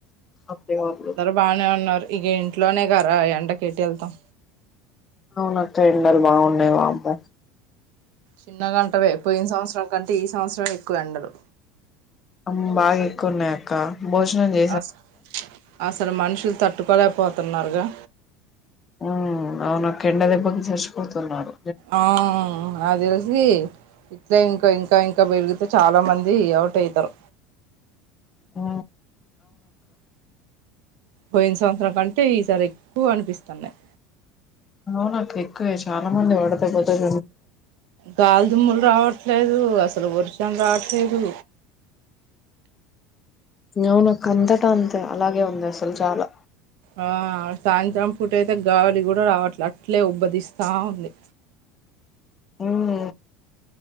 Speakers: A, on the left; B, on the right.
A: అత్తయ్య వాళ్ళు
B: బాగానే ఉన్నారు ఇగా ఇంట్లోనే గారా ఎండకు ఎటు ఎళ్తాం
A: అవును అక్క ఎండలు బాగున్నాయి వామ్మో
B: చిన్న గంటవే పోయిన సంవత్సరం కంటే ఈ సంవత్సరంమే ఎక్కువ ఎండలు
A: అ మ్ బాగా ఎక్కున్నాయి అక్క భోజనం జే
B: అస్ అసలు మనుషులు తట్టుకోలేకపోతున్నారుగా
A: ఉ అవును అక్క ఎండ దెబ్బకి జడిసిపోతున్నారు
B: అ నాకు తెలిసి ఇట్లా ఇంకా ఇంకా ఇంకా పెరిగితే చాలా మంది అవుట్ అయితరు
A: ఉ
B: పోయిన సంవత్సరం కంటే ఈసారి ఎక్కువ అనిపిస్తున్నాయి
A: అవును అక్క ఎక్కువే చాలా మంది వడదెబ్బ త
B: గాలిదుమ్ములు రావట్లేదు అసలు వర్షం రావట్లేదు
A: అవును అక్క అంతట అంతే అలాగే ఉంది అసలు చాలా
B: ఆ సాయంత్రం పూట అయితే గాలి గూడా రావట్లే అట్లే ఉబ్బరిస్తా ఉంది
A: ఉమ్